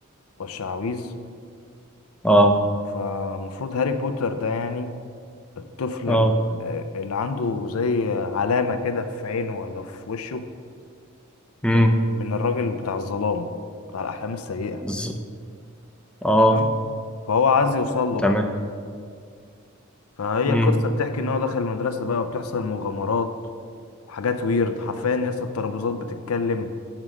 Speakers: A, on the left; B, in the centre.
A: والشعاويذ
B: اه
A: فمفروض هاري بوتر ده يعني الطفل
B: اه
A: ال- اللي عنده زي علامة كده في عينه ولا في وشه
B: امم
A: من من الراجل بتاع الظلام بتاع الأحلام السيئة
B: ز... اه
A: تمام فهو عايز يوصل له
B: تمام
A: بقى فهي
B: امم
A: القصة بتحكي إن هو داخل المدرسة بقى وبتحصل مغامرات وحاجات ويرد حرفيا ناس الترابيزات بتتكلم